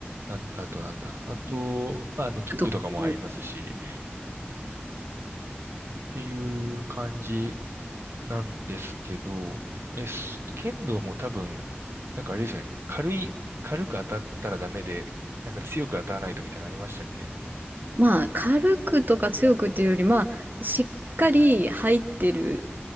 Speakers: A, on the right; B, on the right.
A: なん、あとなんだ。あと、まあ、あの、キックとかもありますし、
B: とはい
A: っていう感じなんですけど、え、す剣道も多分、なんかあれですよね。軽い、軽く当たったらダメで、なんか強く当たらないとみたいなのありましたっけ
B: まあ、軽くとか強くっていうより、まあ、しっかり入ってる。